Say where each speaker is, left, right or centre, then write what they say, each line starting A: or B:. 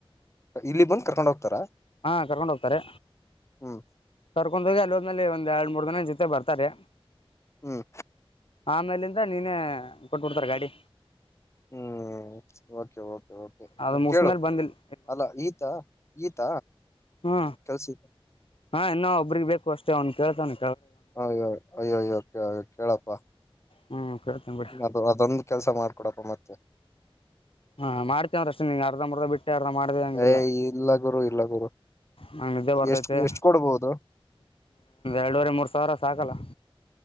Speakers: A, on the left; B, on the left.
A: ಇಲ್ಲಿಗ್ ಬಂದ್ ಕರ್ಕೊಂಡ್ ಹೋಗ್ತಾರಾ
B: ಹಾ ಕರ್ಕೊಂಡ ಹೋಗ್ತಾರೆ
A: ಹ್ಮ್
B: ಕರ್ಕೊಂಡ ಹೋಗಿ ಅಲ್ಲಿ ಹೋದ್ಮೇಲೆ ಒಂದ್ ಎರಡ್ ಮೂರ್ ದಿನ ನಿನ್ ಜೊತೆ ಬರ್ತಾರೆ
A: ಹ್ಮ್
B: ಆಮೇಲಿಂದ ನೀನೇ ಕೊಟ್ಬಿಡ್ತಾರ ಗಾಡಿ
A: ಹ್ಮ್ ಓಕೆ ಓಕೆ ಓಕೆ
B: ಅದು ಮುಗಿಸ್ಮೇಲೆ
A: ಕೇಳು
B: ಬಂದು ಇಲ್ಲಿ
A: ಅಲ್ಲ ಈತ ಈತ
B: ಹ್ಮ
A: ಕೆಲ್ಸ
B: ಹಾ ಇನ್ನು ಒಬ್ರೀಗ್ ಬೇಕು ಅಷ್ಟೇ ಅವ್ನ್ ಕೇಳ್ತನಿ
A: ಹಯ್ಯೋ ಅಯ್ಯಯ್ಯೋ ಕೇಳಪ್ಪ
B: ಹ್ಞೂ ಕೇಳ್ತೀನಿ ಬಿಡಿ
A: ಅದು ಅದೊಂದು ಕೆಲ್ಸ ಮಾಡ್ಕೊಡಪ್ಪ ಮತ್ತೆ
B: ಹಾ ಮಾಡ್ತೀ ಅಂದ್ರ ಅಷ್ಟ ನಿಂಗ ಅರ್ಧ ಮರ್ಧ ಬಿಟ್ಟೆ ಅರ್ಧ ಮಾಡ್ದೆ ಹಂಗಿಲ್ಲ
A: ಏ ಇಲ್ಲ ಗುರು ಇಲ್ಲ ಗುರು
B: ನಂಗ್ ನಿದ್ದೆ ಬರ್ತೈತೆ
A: ಎಷ್ಟ್ ಎಷ್ಟ್ ಕೊಡ್ಬೋದು
B: ಎರಡೂವರೆ ಮೂರ್ ಸಾವಿರ ಸಾಕಲ್ಲ